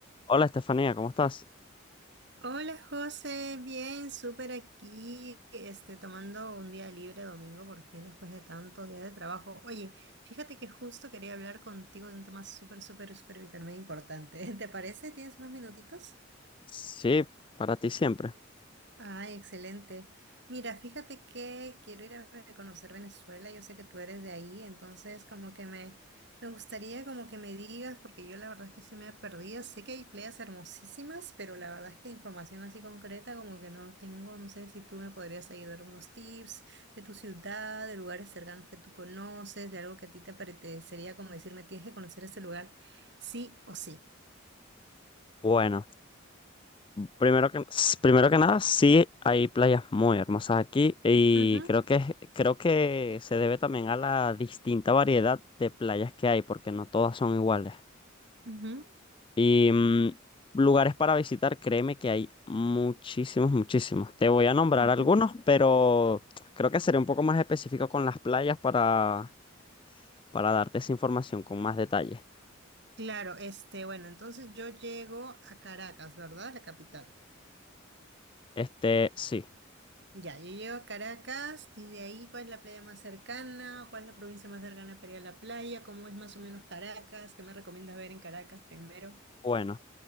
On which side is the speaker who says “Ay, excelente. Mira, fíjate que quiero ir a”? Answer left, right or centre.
Right